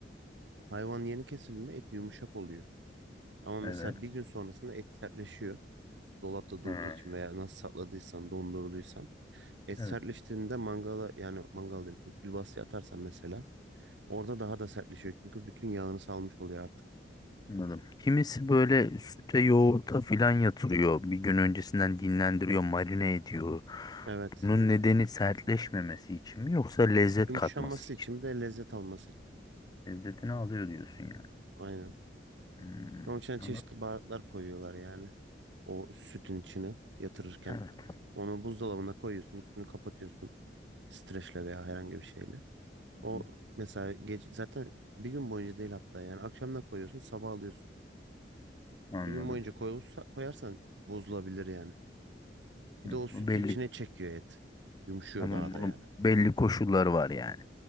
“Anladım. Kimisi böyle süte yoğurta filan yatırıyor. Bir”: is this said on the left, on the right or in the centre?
Left